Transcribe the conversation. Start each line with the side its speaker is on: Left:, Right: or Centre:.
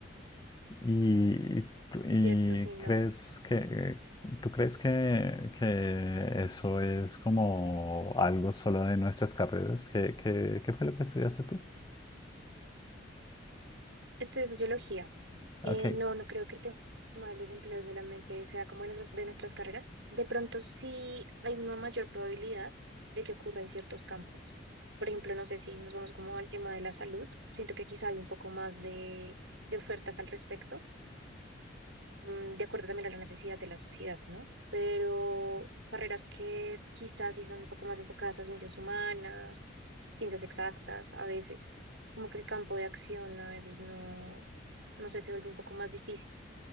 Left: ¿Y, y tú- y
Right: Es cierto, sí, no.
Left: crees que, tú crees que, que eso es como algo solo de nuestras carreras? ¿Qué, qué, qué fue lo que estudiaste tú?
Right: Estudié sociología.
Left: Ok.
Right: Eh, no, no creo que el tema del desempleo solamente sea como de nuestras, de nuestras carreras. De pronto sí hay una mayor probabilidad de que ocurra en ciertos campos. Por ejemplo, no sé si nos vamos como al tema de la salud. Siento que quizá hay un poco más de, de ofertas al respecto, mm, de acuerdo también a la necesidad de la sociedad, ¿no? Pero carreras que quizás sí son un poco más enfocadas a ciencias humanas, ciencias exactas, a veces. Como que el campo de acción a veces no, no sé, se vuelve un poco más difícil